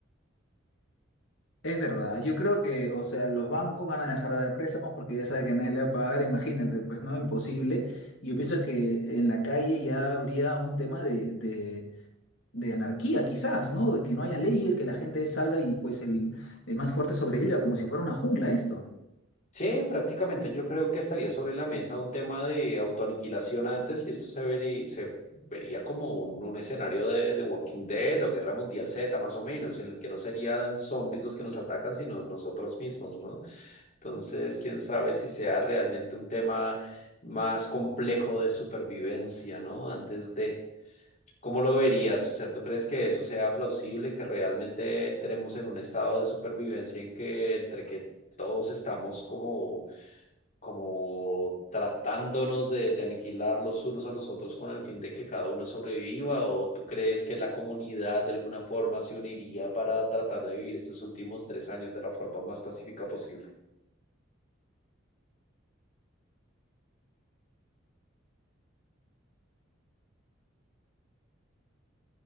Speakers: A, on the left; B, on the left.
A: Es verdad, yo creo que, o sea, los bancos van a dejar de dar préstamos porque ya sabe que nadie le va a pagar, imagínate, pues no, imposible. Y Yo pienso que en la calle ya habría un tema de, de- de anarquía quizás, ¿no? De que no haya leyes, que la gente salga y pues el, el más fuerte sobreviva, como si fuera una jungla esto.
B: Sí, prácticamente yo creo que estaría sobre la mesa un tema de autoaniquilación antes y esto se vería, se vería como un, un escenario de, de Walking Dead o Guerra Mundial Z, más o menos, en el que no serían zombies los que nos atacan, sino nosotros mismos, ¿no? Entonces, quién sabe si sea realmente un tema más complejo de supervivencia, ¿no? Antes de... ¿Cómo lo verías? O sea, ¿tú crees que eso sea plausible, que realmente entremos en un estado de supervivencia en que entre que todos estamos como, como tratándonos de, de aniquilar los unos a los otros con el fin de que cada uno sobreviva? ¿O tú crees que la comunidad de alguna forma se uniría para tratar de vivir estos últimos tres años de la forma más pacífica posible?